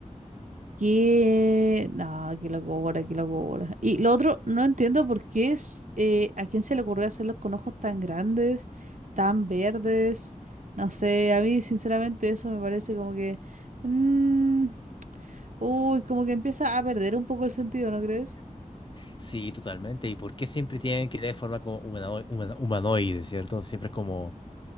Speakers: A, on the right; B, on the left.
A: Que... No, qué locura, qué locura. Y lo otro, no entiendo por qué es... eh, ¿a quién se le ocurrió hacerlos con ojos tan grandes, tan verdes? No sé, a mí sinceramente eso me parece como que... mm, uy, como que empieza a perder un poco el sentido, ¿no crees?
B: Sí, totalmente. ¿Y por qué siempre tienen que tener forma como humano- humano- humanoide, ¿cierto? Siempre es como